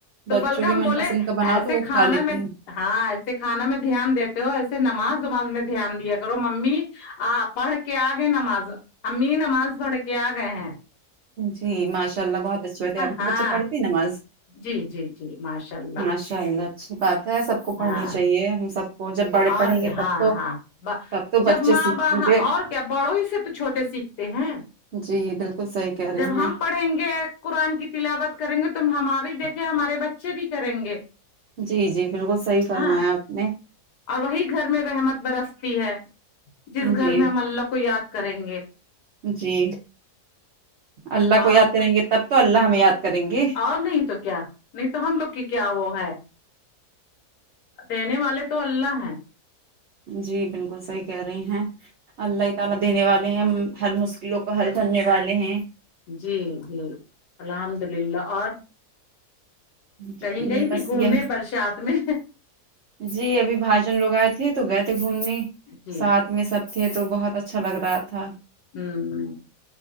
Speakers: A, on the left; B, on the right.
A: تو
B: بچوں
A: بلگم
B: کی من
A: بولے
B: پسند کا بناؤ
A: ایسے
B: تو وہ
A: کھانے
B: کھا لیتے
A: میں ہاں ایسے کھانا میں دھیان دیتے ہو ایسے نماز وماز میں دھیان دیا کرو مممی آ پڑھ کے آ گئے نماز امی نماز پڑھ کے آ گئے ہم
B: جی ماشاء اللہ بہت اچھے بات ہے آپ کے
A: ہاں
B: بچے پڑھتے ہیں نماز
A: جی جی ماشاء اللہ
B: ماشاء اللہ اچھی بات ہے سب کو پڑھنی
A: ہاں
B: چاہیے ہم سب کو جب بڑے پڑھیں
A: اور کیا
B: گے تب
A: ہاں
B: تو
A: ہاں با
B: تب تو
A: جب
B: بچے
A: ما
B: سیکھیں
A: با با
B: گے
A: اور کہ بڑوں ہی سے تو چھوٹے سیکھتے ہیں
B: جی بالکل صحیح کہہ رہی
A: جب
B: ہیں
A: ہم پڑھیں گے قرآن کی تلاوت کریں گے تم ہماری دیکھیں ہمارے بچے بھی کریں گے
B: جی جی بالکل صحیح فرمایا
A: ہاں
B: آپ نے
A: اور وہی گھر میں رحمت برستی ہے جس
B: جی
A: گھر میں ہم اللہ کو یاد کریں گے
B: جی اللہ کو
A: اور
B: یاد کریں گے تب تو اللہ ہمیں یاد کریں گے
A: اور نہیں تو کیا نہیں تو ہم لوگ کی کیا وہ ہے دینے والے تو اللہ ہیں
B: جی بالکل صحیح کہہ رہی ہیں اللہ ہی تعالی دینے والے ہیں ہر مشکلوں کو حل کرنے والے ہیں
A: جی جی الحمد للہ اور
B: جی
A: کہیں گئی
B: بس
A: تھی گھومنے
B: یہی
A: برسات میں
B: جی ابھی بھائیجان لوگ آئے تھے تو گئے تھے گھومنے
A: جی
B: ساتھ ان میں سب تھے تو بہت اچھا لگ رہا تھا
A: اممم